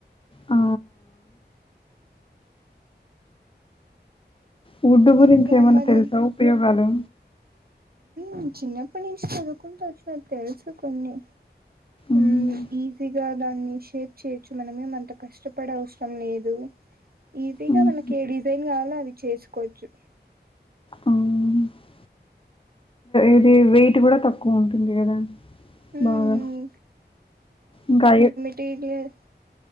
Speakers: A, on the left; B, on the right.
A: ఆ వుడ్డు గురించి
B: ఇంకా
A: ఏమైన్నా
B: మరి
A: తెలుసా ఉపయోగాలు
B: మ్ చిన్నప్పటి నుంచి చదువుకుంటూ వచ్చిన తెలుసు కొన్ని
A: మ్మ్.
B: మ్ ఈజీగా దాన్ని షేప్ చేయొచ్చు మనమేం అంత కష్టపడల్సిన అవసరం లేదు ఈజీగా
A: మ్మ్.
B: మనకి ఏ డిజైన్ కావాలో అవి చేసుకోవచ్చు
A: మ్మ్. ఇది వెయిట్ కూడా తక్కువ ఉంటుంది కదా
B: ఉమ్
A: బాగా ఇంకా
B: ట్జ్ లేదు